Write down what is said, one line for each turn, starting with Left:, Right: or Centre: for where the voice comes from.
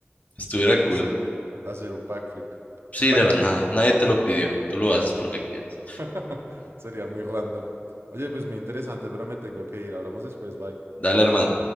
Left: estuviera
Right: hacer
Left: cool.
Right: un, hacer un backflip.
Left: Sí,
Right: Backflip,
Left: de la nada,
Right: ¿eh?
Left: nadie te lo pidió, tú lo haces porque quieres.
Right: <laughs> Sería muy random. Oye, pues muy interesante, pero me tengo que ir. Hablamos después, bye.
Left: Dale, hermano.